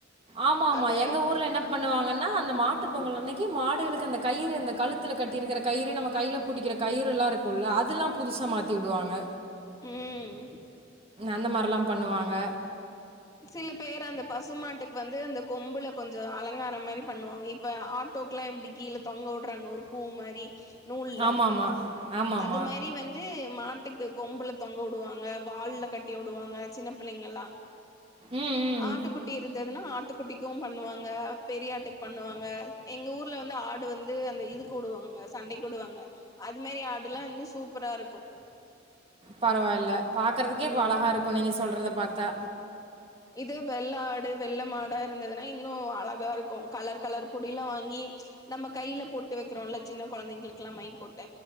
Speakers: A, on the right; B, on the left.
A: ஆமா ஆமா
B: அந்த
A: எங்க ஊர்ல என்ன பண்ணுவாங்கன்னா அந்த மாட்டு பொங்கல் அன்னைக்கு மா டுகளுக்கு அந்த கயிறு அந்த கழுத்துல கட்டி இருக்கிற கயிறு நம்ப கையில பிடிக்கிற கயிறுல்லாம் இருக்கும்ல அதெல்லாம் புதுசா மாத்தி விடுவாங்க
B: ம்
A: அந்த மாரில்லாம் பண்ணுவாங்க
B: சில பேர் அந்த பசுமாட்டுக்கு வந்து அந்த கொம்புல கொஞ்ச அலங்காரம் மாரி பண்ணுவாங்க இப்ப ஆட்டோக்கு எல்லாம் இப்படி கீழே தொங்க விடுறாங்க ஒரு பூ மாரி நூல்ல
A: ஆமா ஆமா ஆமா ஆமா
B: அது மாரி வந்து மாட்டு மாட்டுக்கு கொம்புல தொங்க விடுவாங்க வால்ல கட்டி விடுவாங்க சின்ன பிள்ளைங்கல்லா
A: ம் ம்
B: ஆட்டுக்குட்டி இருந்ததுன்னா ஆட்டுக்குட்டிக்கும் பண்ணுவாங்க பெரிய ஆட்டுக்கு பண்ணுவாங்க எங்க ஊர்ல வந்து ஆடு வந்து அந்த இது கூடுவாங்க சண்டை கூடுவாங்க அது மாரி ஆடு எல்லாம் இன்னும் சூப்பரா இருக்கும்
A: பரவாயில்ல பார்க்குறதுக்கே இப்ப
B: ம்.
A: அழகாக இருக்கும் நீங்கள் சொல்றத பார்த்தா
B: இது வெள்ள ஆடு வெள்ள மாடாக இருந்ததுன்னா இன்னும் அழகா இருக்கும் கலர் கலர் பொடிலாம் வாங்கி நம்ம கைல போட்டு வைக்கிறோம் இல்லை சின்ன குழந்தைங்களுக்கெல்லாம் மை போட்